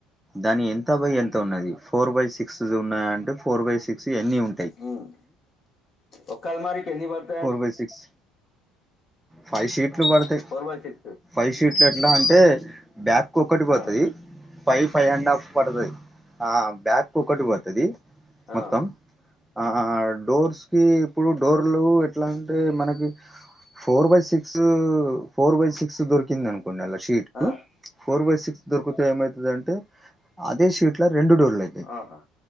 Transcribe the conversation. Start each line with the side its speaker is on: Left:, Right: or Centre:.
Centre: దాని ఎంత బై ఎంత ఉన్నది ఫోర్ బై సిక్స్ ది ఉన్నా అంటే ఫోర్ బై సిక్ సి ఎన్ని ఉం
Left: ఉమ్ ఒక అలమారికి ఎన్ని పడ్
Centre: ఫోర్ బై సిక్స్ ఫైవ్ షీట్లు పడతాయ్
Left: ఫోర్ బై సిక్స్
Centre: ఫైవ్ షీట్లు ఎట్లా అంటే బ్యాక్ ఒక్కటి పోతాయ్
Left: ఆ
Centre: ఫైవ్ ఫైవ్ అండ్ హఫ్ పడతది ఆ బ్యాక్ ఒకటి పోతది మొత్తం
Left: ఆ
Centre: ఆ డోర్స్ కి ఇప్పుడు డోర్లు ఎట్లా అంటే మనకి four by six four by six దొరికింది అనుకోండి అలా షీట్లు
Left: ఆ
Centre: ఫోర్ బై సిక్స్ దొరుకుతే ఏమైతది అంటే అదే షీట్ ఇట్లా రెండు డోర్లు ఐతయ్
Left: ఆహా